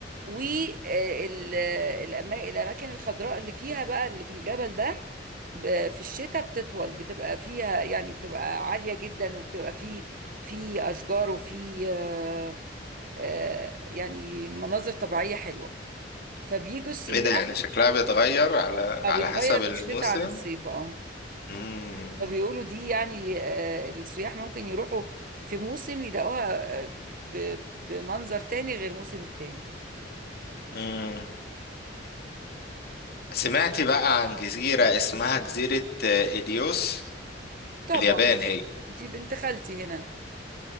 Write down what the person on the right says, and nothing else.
والأماكن الخضراء اللي فيها بقى اللي في الجبل ده ب- في الشتاء بتطول بتبقى فيها يعني بتبقى عالية جدا وبتبقى في في أشجار وفي آه، آه، يعني مناظر طبيعية حلوة فبيجوا السياح
آه،
بيتغير
في
الشتاء عن الصيف اه
فبيقولوا دي يعني آه، السياح ممكن يروحوا في موسم يلاقوها آه، ب- بمنظر تاني غير موسم التاني
طبعا
دي بنت خالتي هنا